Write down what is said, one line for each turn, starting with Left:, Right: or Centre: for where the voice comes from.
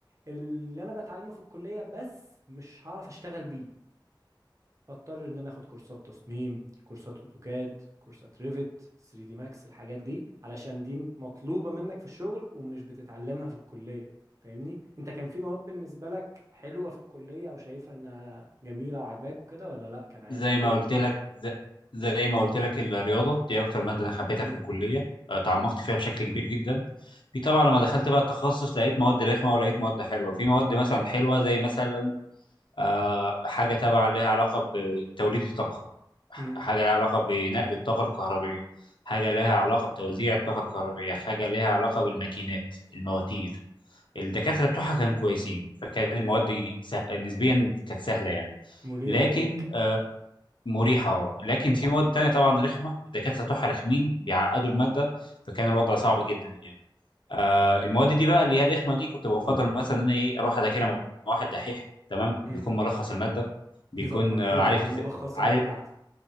Right: اللي أنا بتعلمه في الكلية بس مش هعرف أشتغل بيه فاضطر ان انا اخد كورسات تصميم كورسات اوتوكاد كورسات ريفت 3 دي ماكس الحاجات دي علشان دي مطلوبة منك في الشغل ومش بتتعلمها في الكلية فاهمني انت كان في مواد بالنسبة لك حلوة في الكلية او شايفها انها جميلة وعجباك وكده ولا لا كان عادي
Left: زي
Right: بتقلب
Left: ما قلت لك ز- زي ما قلت لك الرياضه دي اكتر ماده انا حبيتها
Right: مم.
Left: في الكليه آه، تعمقت فيها بشكل كبير جدا في طبعا لما دخلت بقى التخصص لقيت مواد رخمه ولقيت مواد حلوه في مواد مثلا حلوه زي مثلا آه، حاجه تبع لها علاقه بتوليد الطاقه ح-
Right: مم.
Left: حاجه لها علاقه بنقل الطاقه الكهربيه حاجه لها علاقه بتوزيع الطاقه الكهربيه حاجه لها علاقه بالماكينات المواتير الدكاتره بتوعها كانوا كويسين فكان المواد دي سه... نسبيا كانت سهله يعني
Right: مريحة
Left: لكن
Right: ليك
Left: آه، مريحة اه لكن في مواد تانية طبعا رخمة الدكاترة بتوعها رخمين بيعقدوا المادة فكان الوضع صعب جدا يعني آه المواد دي بقى اللي هي الرخمة دي كنت بفضل مثلا ان انا ايه اروح اذاكرها مع واحد دحيح تمام
Right: مم.
Left: بيكون ملخص المادة
Right: <laughs>
Left: بيكون
Right: يظبط
Left: آه،
Right: لنا
Left: عارف
Right: بالملخصات
Left: إز... عارف
Right: بتاعته